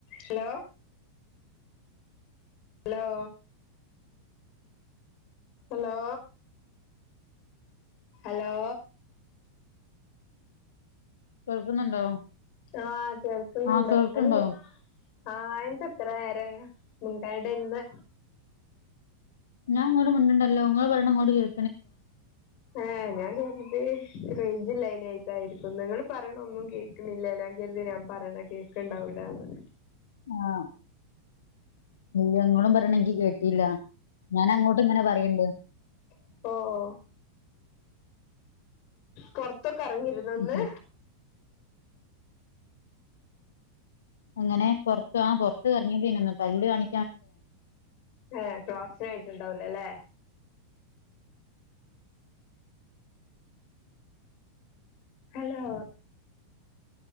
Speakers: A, on the left; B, on the left.
A: Hello hello hello hello
B: കേൾക്കുന്നുണ്ടോ
A: ആഹ് കേൾക്കുന്നുണ്ട്
B: ആഹ് കേൾക്കുണ്ടോ
A: അല്ലേ ആ എന്താ ഇത്ര നേര മുണ്ടായ്ടെ ഇന്ന്
B: ഞാൻങ്ങോട്ട് മുണ്ടുണ്ടല്ലോങ്ങള് പറഞ്ഞ ഇങ്ങോട്ട് കേൾ
A: ഏഹ് ഞാൻ കർതി റൈജ് ലൈനാ ആയിട്ടായിരിക്കുംന്ന് നിങ്ങള് പറയണ ഒന്നും കേൾക്കുന്നില്ലനാ കരുത് ഞാൻ പറയണ കേ ഒക്കെ ഉണ്ടാവൂല അ
B: ആഹ നങ്ങളും പറയണെങ്കി കേട്ടിില്ല ഞാൻ അങ്ങോട്ട് ഇങ്ങനെ പറയണ്ട്
A: ഇപ്പോ ഓ ഓ കൊറ ഇത്തൊക്കെ ഇറങ്ങിരുന്ന ഒന്ന്
B: ഉം. അങ്ങനെ പറത്ത ആ പറത്ത് കറങ്ങിയത്ന്ന ഒന്ന് പല്ല് കാണ
A: ഏ ക്ലാസ ആയിട്ടുണ്ടാവലോല്ലേ ഹലോ